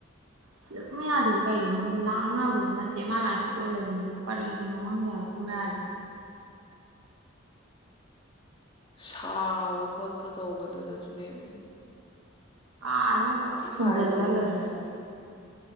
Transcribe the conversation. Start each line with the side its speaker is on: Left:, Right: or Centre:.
Right: ꯁꯤꯗ ꯇꯨꯝꯕ ꯌꯥꯗꯦꯁꯦ ꯀꯩꯒꯤꯅꯣ ꯈꯪꯗꯦ ꯂꯥꯡꯅꯕꯁꯨ ꯅꯠꯇꯦ ꯃꯥꯥꯏ ꯃꯥꯏ ꯊꯣꯛꯄ ꯂꯩꯅꯩꯅꯦ ꯀꯔꯤꯒꯤꯅꯣ ꯈꯪꯗꯦ ꯍꯥꯏꯕ ꯇꯨꯝꯕ
Left: ꯎꯝ
Right: ꯌꯥꯗ꯭ꯔꯤꯁꯦ
Left: ꯁꯥꯕ ꯈꯣꯠꯄ ꯇꯧꯕꯗꯨꯗꯁꯨ ꯅꯦꯃꯤ
Right: ꯀꯥ ꯑꯗꯨꯅ ꯐꯨꯟꯖꯜꯂ
Left: ꯁꯥꯏꯗꯅ ꯍꯟꯗꯛ
Right: ꯂꯩꯔꯦ